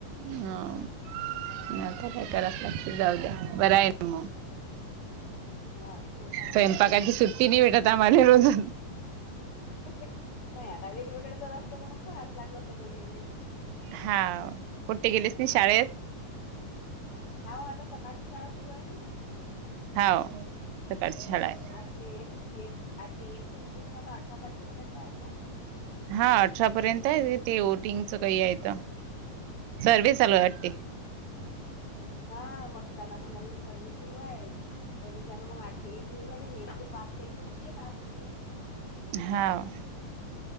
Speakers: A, on the right; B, on the left.
A: हं आता काय करावच लागते जाऊ द्या बर आहे ना मग
B: हां ते तर आहे.
A: स्वयंपाकाची सुट्टी नाही भेटत आम्हाला रोज
B: नाही आता वेगवेगळं जर असत तर मग करावच लागल असत दोघींनाही
A: हां कुठे गेलेच नाही शाळेत
B: हां आता सकाळची शाळा सुरू आहे ना.
A: हाव सकाळची शाळा आहे.
B: अ तेे. एक आठ ते एक ड्युटी आता अठरा तारखेपर्यंत आहे ना.
A: हा अठरा पर्यंत आहे ते वओटिंगच काही आहे तर सर्वे चालू आहे आ ते
B: हा मतदानाचा नवीन सर्ववे सुरू आहे. त्याच्यािकन मग आठ ते एक घेऊन राहिले एक ते पास केयच मग ते काम होतील
A: हाव